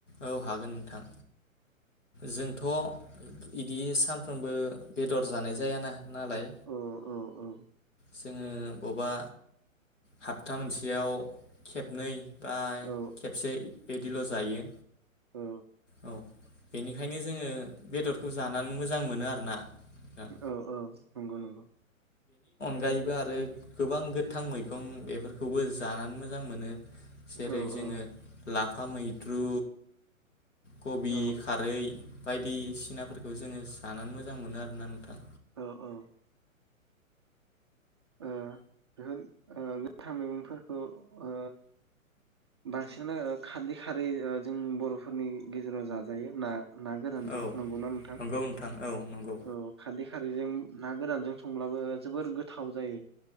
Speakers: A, on the left; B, on the right.
A: औ हागोन नोंथां जों थ' इदि सानफ्रोमबो बेद दर जानाय जायाना। नालाय
B: औ औ
A: जोङो बबेबा हाबथा मोनसेयाव खेबनै बाय
B: औ
A: बिदिल' जायो।
B: औ
A: औ बेनिखायनो जोङो बेदर जानानै मोजां मोनो आरोना। नोंथां
B: औ औ नंगौ नंगौ।
A: गायबो आरो गोबां गोथां मैगं बेफोरखौबो जानानै मोजां मोनो। जेरै
B: औ
A: जोङो
B: औ।
A: लाफा मैद्रु। कबि
B: औ
A: खारै। बायदिसिनाफोरखौ जोङो जानानै मोजां मोनो आरोना नोंथां।
B: औ औ। ओ बेफोर ओ गोथां मैगंफोरखौ ओ बांसिनो खारदै खारै ओ जों बर'फोरनि गेजेराव जाजायो ना? ना गोरानजों
A: औ
B: नंगौनाा नोंथां
A: नंगौ नोंथां औ नंगौ
B: औ खारदै खारैजों ना गोरानजों संब्लाबो जोबोर गोथ थाव जायो।